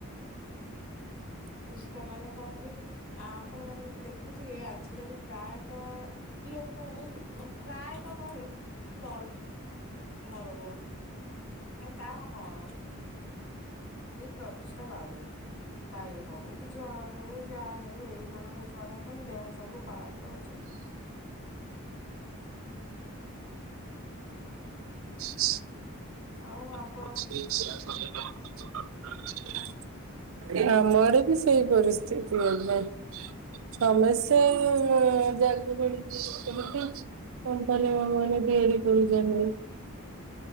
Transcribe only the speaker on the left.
ସୁସ୍ଥ ମାନେ କଣ କି ଆ ଆପଣ ମାନ ଦେଖୁଥିବେ ଆଜିକାଲି ପ୍ରାୟତଃ ଲୋକ କୁ ପ୍ରାୟ ତ ଘରେ ଚର୍ମ ରୋଗ କାରଣ କଣ? ଏଇ ପ୍ରଦୂଷ୍ଟ ବାୟୁ ବାୟୁ ହଉ ଜଳ ହଉ ଯାହା ହଉ ଏଇ ମାନଙ୍କ ଦ୍ଵାରା ହିଁ ଦେହ ସବୁ ଖରାପ ରହୁଛି।
ଆଉ ଅପ